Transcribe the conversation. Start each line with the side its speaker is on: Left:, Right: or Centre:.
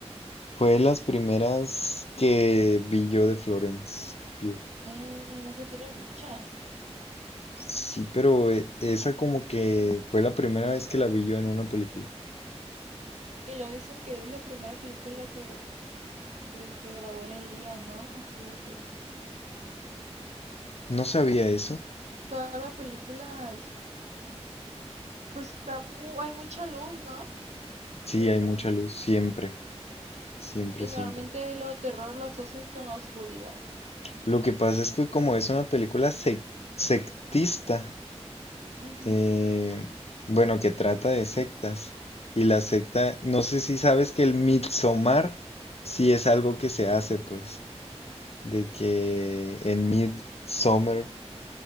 Left: Fue de las primeras que vi yo de Florence Pugh.
Right: Mm, no sé, tiene muchas.
Left: Sí, pero e- esa como que fue la primera vez que la vi yo en una película.
Right: Y lo dicen que es la primera película que, que se grabó en el día, ¿no? Así de que
Left: No sabía eso.
Right: toda la película, es- pues está mu- hay mucha luz, ¿no?
Left: Sí,
Right: Siempre.
Left: hay mucha luz, siempre, siempre,
Right: Y
Left: siempre.
Right: normalmente lo terror lo asocias con la oscuridad.
Left: Lo que pasa es que como es una película sec- sectista,
Right: Ujú,
Left: eh, bueno, que trata de sectas. Y la secta, no sé si sabes que el Midsommar sí es algo que se hace, pues, de que en Midsommar,